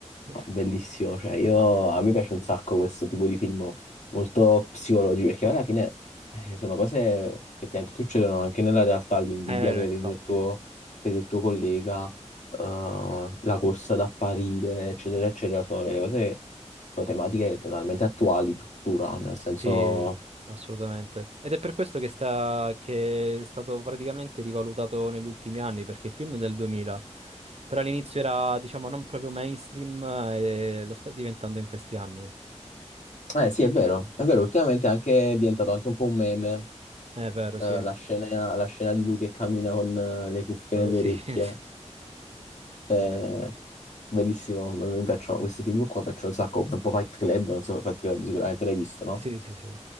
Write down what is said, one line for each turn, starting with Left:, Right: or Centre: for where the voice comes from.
Left: Ah,
Right: <laughs>
Left: Bellissimo, cioè io,
Right: Mamma mia.
Left: a me piace un sacco questo tipo di film molto psicologi perché alla fine eh, sono cose che effettivamente succedono anche nella realtà, l'invidia
Right: Eh, no,
Left: per
Right: infatti,
Left: il tuo, per il tuo collega, eh, la corsa ad apparire, eccetera, eccetera, sono delle cose, sono tematiche totalmente attuali tuttora, nel senso,
Right: sì, assolutamente. Ed è per questo che, sta, che è stato praticamente rivalutato negli ultimi anni, perché il film è del 2000, però all'inizio era, diciamo, non proprio mainstream eh, e lo sta diventando in questi anni. Eh,
Left: eh sì è vero, è vero, ultimamente è anche è diventato anche un po' un meme,
Right: È vero,
Left: eh,
Right: sì.
Left: la scena, la scena di lui che cammina con eh, le cuffie
Right: Quello
Left: nelle
Right: sì.
Left: orecchie,
Right: <laughs>
Left: cioè
Right: Eh,
Left: Bellissimo, m- mi piacciono questi film qua, piacciono un sacco, come un po' Fight Club, non so, Fight Club sicuramente l'hai visto, no?
Right: sì, sì, sì.